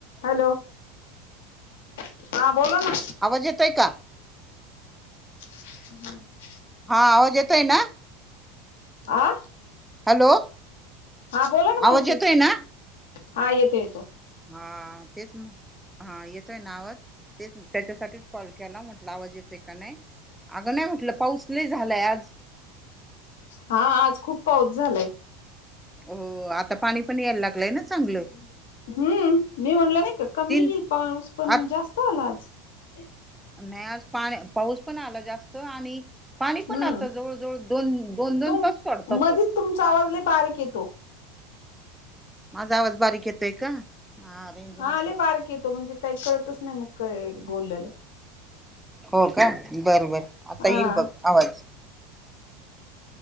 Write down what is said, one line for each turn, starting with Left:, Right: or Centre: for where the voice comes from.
Left: Hello हा. बोला ना.
Centre: आवाज येतोय का
Left: रिकामा ऑडिओ
Centre: हा आवाज येतोय ना
Left: आ..
Centre: हॅलो
Left: हा बोला ना
Centre: आवाज
Left: मावशी
Centre: येतोय ना
Left: हा येतो येतो.
Centre: हा तेच हा येतोय ना आवाज येतों. त्याच्यासाठीच कॉल केला म्हटलं आवाज येते का नाही. अगं नाही म्हटलं पाऊस ल झालंय आज.
Left: हा आज खूप पाऊस झालाय.
Centre: हो आता पाणी पण यायला लागलंय ना.
Left: हम्म
Centre: चांगलं
Left: मी म्हणलं नाही का कमी
Centre: तीन
Left: येईल पाऊस पण
Centre: आ
Left: जास्त आला आज. रिकामा ऑडिओ
Centre: नाही आज पा पाऊस पण आला जास्त आणि पाणी पण
Left: हम्म
Centre: आता जवळ जवळ दोन दोन दोन
Left: तुम
Centre: तसं पडता तो.
Left: मधीच तुमचा आवाज लई बारीक येतों.
Centre: माझा आवाज बारीक येतोय का? हा रेंज
Left: हा
Centre: नसेल
Left: आले बारकी येतो म्हणजे काही कळतच नाही मग का बोललेलं.
Centre: हो का बरं बर आता
Left: हा
Centre: येईल बघ आवाज.